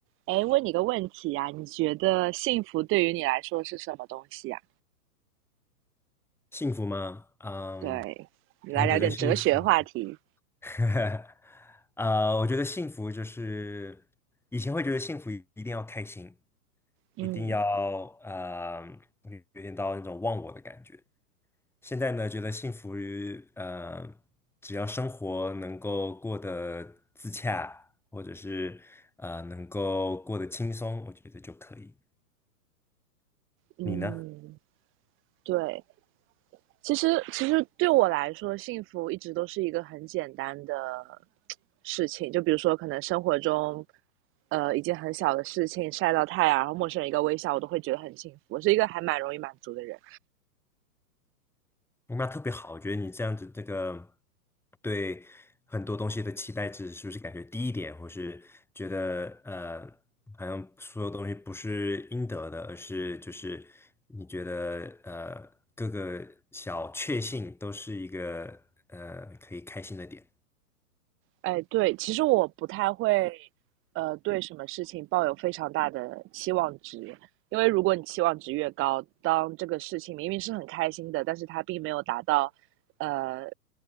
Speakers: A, on the right; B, in the centre.
A: 哎，问你个问题啊，你觉得幸福对于你来说是什么东西啊？
B: 幸福吗？嗯，
A: 对，你来聊点哲学话题。
B: 我觉得幸福，<laughs> 呃，我觉得幸福就是以前会觉得幸福一定要开心，
A: 嗯
B: 一定要呃，有点到那种忘我的感觉。现在呢，觉得幸福于呃，只要生活能够过得自洽，或者是呃能够过得轻松，我觉得就可以。
A: 嗯，
B: 你呢？
A: 对，其实其实对我来说，幸福一直都是一个很简单的事情。就比如说，可能生活中，呃，一件很小的事情，晒到太阳，然后陌生人一个微笑，我都会觉得很幸福。我是一个还蛮容易满足的人。
B: 那特别好，我觉得你这样子，这个对很多东西的期待值是不是感觉低一点，或是觉得呃，好像所有东西不是应得的，而是就是你觉得呃，各个小确幸都是一个呃可以开心的点。
A: 哎，对，其实我不太会，呃，对什么事情抱有非常大的期望值，因为如果你期望值越高，当这个事情明明是很开心的，但是它并没有达到，呃，